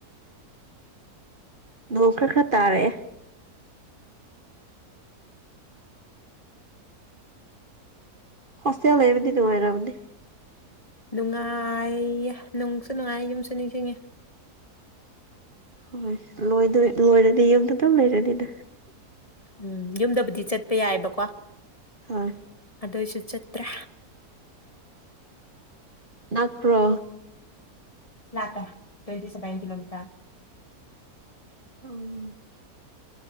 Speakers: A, on the right; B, on the left.
A: ꯣꯡꯈꯥ ꯈ ꯇꯥꯔꯦ ꯁꯁꯌꯥ ꯂꯩꯦ ꯄꯗꯤ ꯅꯅꯨꯡꯉꯥꯏꯔꯃꯗꯤ
B: ꯅꯨꯡꯉꯥꯏꯌꯦ ꯅꯨꯡꯁꯨ ꯅꯨꯡꯉꯥꯏꯌꯦ ꯌꯨꯝꯁꯨ ꯅꯤꯡꯁꯤꯡꯉꯦ
A: ꯍꯣꯏ ꯂꯣꯏꯣꯏ ꯂꯣꯏꯔꯗꯤ ꯌꯨꯝꯗ ꯑꯗꯨ ꯂꯩꯔꯅꯤꯗ
B: ꯎꯝ ꯌꯨꯝꯗꯕꯨꯗꯤ ꯆꯠꯄ ꯌꯥꯏꯑꯕꯀꯣ
A: ꯍꯣꯏ
B: ꯑꯗꯨꯏꯁꯨ ꯆꯠꯇ꯭ꯔꯦ
A: ꯥꯛꯄ꯭ꯔꯣ
B: ꯂꯥꯛꯇ ꯇ꯭ꯋꯦꯟꯇꯁꯦ ꯄꯥꯏꯟ ꯀꯤꯂꯣꯃꯤꯇꯔ
A: ꯎꯝ